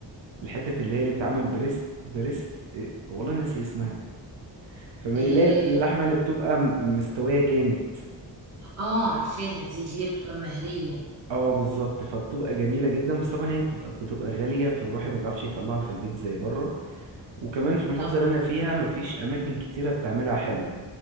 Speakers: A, on the right (about 80°); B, on the right (about 35°).
A: الحتت اللي هي اللي بتتعمل بريست بريست إيه؟ والله ناسي اسمها فاهماني
B: إيه.
A: لا اللحمة اللي بتبقى م- مستوية جامد
B: اه عارفاها دي اللي هي بتبقى مهريه
A: اه بالظبط فبتبقى جميلة جدا بس طبعا هي بتبقى بتبقى غالية فالواحد ما بيعرفش يطلعها في البيت زي بره وكمان في المحافظة
B: طبعا
A: اللي أنا فيها مفيش أماكن كتيرة بتعملها حلو